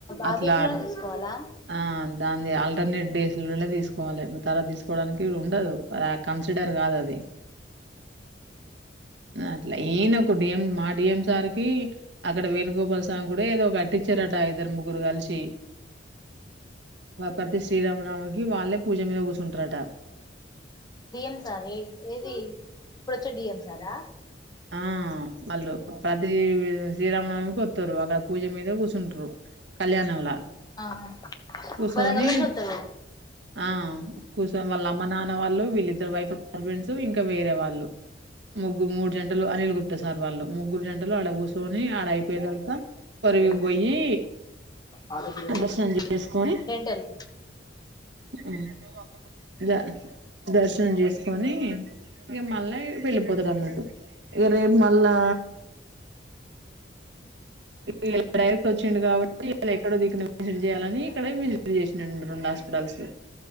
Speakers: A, on the right; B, on the left.
A: అట్లా
B: ఆ వీక్ లోనే తీసుకోవాలా
A: ఆ దాంది అన్ని డేసులోనే తీసుకోవాలి తర్వాత తీసుకోవడానికి ఉండదు కన్సిడర్ కాదు అది ఆ అట్లా ఈయనోక డిఎం మా డిఎం సార్కి అక్కడ వేణుగోపాల్ సామి గుడో ఏదో కట్టించిరాట ఇద్దరు ముగ్గురు కలిసి ప్రతి శ్రీరామనామకి వాళ్ళే పూజ మీద కూర్చుంటారట
B: డిఎం సార్ ఏ ఏది ఇప్పుడొచ్చే డిఎం సారా
A: ఆ వాళ్ళు ప్రతి శ్రీరామనవమికి ఓత్తరు అక్కడ పూజ మీద కూసుంటారు కళ్యాణంలా
B: ఆహా
A: కూర్చొని
B: వరంగల్ వోతడు
A: ఆ కూసో వాళ్ళ అమ్మ నాన్న వాళ్ళు వీళ్ళిద్దరు వైఫ్ హస్బెండ్స్ ఇంకా వేరే వాళ్ళు ముగ్గురు మూడు జంటలు అనిల్ గుప్త సార్ వాళ్ళ ముగ్గురు జంటలు అడస్త దోని అడాయ్పొడంక పర్వికిపోయి
B: ఏం చెప్పు హాస్పిటల్ ఏం
A: దర్శనం
B: చెప్పు
A: చేసుకొని
B: డెంటల్
A: ఉహ్ గా దర్శనం చేసుకొని ఇంక మళ్ళా వెళ్ళిపోతడన్నట్టు ఇగ రేపు మల్లా ఇలా డైరెక్ట్ వచ్చిండు కాబట్టి ఇళ్ళ ఎక్కడోదికున విజిట్ చేయాలని ఇక్కడ విజిట్ చేసినడి రెండుష్ట డాల్సి